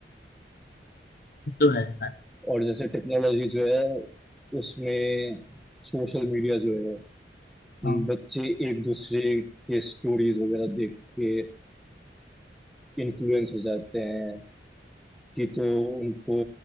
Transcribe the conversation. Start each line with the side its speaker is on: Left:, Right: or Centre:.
Left: ये तो है यार।
Centre: और जैसे टेक्नोलॉजी जो है उसमें सोशल मीडिया जो है
Left: हाँ,
Centre: बच्चे एक दूसरे के स्टोरीज वगैरह देख के इन्फ्लुएंस हो जाते हैं कि तो उनको